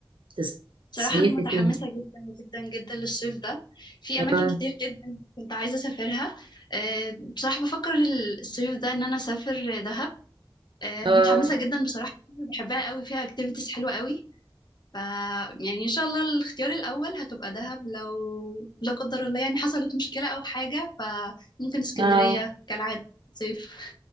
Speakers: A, on the right; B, on the left.
A: تس-
B: بصراحة
A: تصيفي
B: أنا متحمسة
A: فين
B: جدا جدا جدا للصيف ده في
A: اه
B: أماكن كتير جدا كنت عايزة أسافرها آه، بصراحة بفكر الصيف ده إن أنا أسافر دهب آه،
A: اه
B: متحمسة جدا بصراحة بحبها قوي فيها اكتيفيتيز حلوة قوي ف يعني إن شاء الله الاختيار الأول هتبقى دهب لو لا قدر الله يعني حصلت مشكلة أو حاجة فممكن اسكندرية
A: اه
B: كالعادة صيف